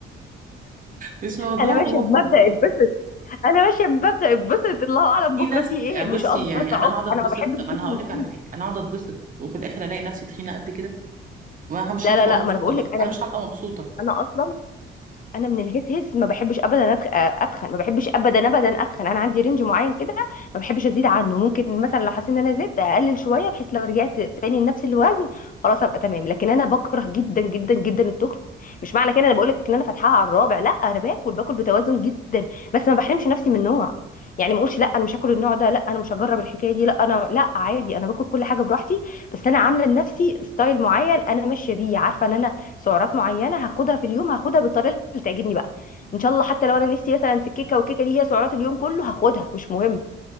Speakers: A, on the right; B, on the left.
A: مش موضوع
B: انا ماشيه
A: موت
B: بمبدا
A: والله
B: اتبسط انا ماشيه بمبدا اتبسط الله اعلم
A: في ناس
B: بكره فيه ايه
A: يعني
B: مش
A: بصي
B: قصدي
A: يعني
B: برضه عك
A: انا هقعد اتبسط
B: انا ما بحبش
A: طب انا
B: جسمي
A: هقول لك
B: جديد
A: على حاجه انا هقعد اتبسط وفي الاخر الاقي نفسي تخينه قد كده وانا مش
B: لا
A: هبقى
B: لا لا
A: مبسوطه
B: ما انا بقول
A: بقى
B: لك انا
A: انا مش هبقى مبسوطه
B: انا اصلا انا من الهس هس ما بحبش ابدا أدخ- اتخن ما بحبش ابدا ابدا اتخن انا عندي رينج معين كده ما بحبش ازيد عنه ممكن مثلا لو حسيت ان انا زدت اقلل شويه بحيث لو رجعت تاني لنفس الوزن خلاص ابقى تمام لكن انا بكره جدا جدا جدا التخن مش معنى كده انا بقول لك ان انا فاتحاها على الرابع لا انا باكل باكل بتوازن جدا بس ما بحرمش نفسي من نوع يعني ما اقولش لا انا مش هاكل النوع ده لا انا مش هجرب الحكايه دي لا انا لا عادي انا باكل كل حاجه براحتي بس انا عامله لنفسي ستايل معين انا ماشيه بيه عارفه ان انا سعرات معينه هاخدها في اليوم هاخدها بالطريقه اللي تعجبني بقى ان شاء الله حتى لو انا نفسي مثلا في الكيكه والكيكه دي هي سعرات اليوم كله هاخدها مش مهم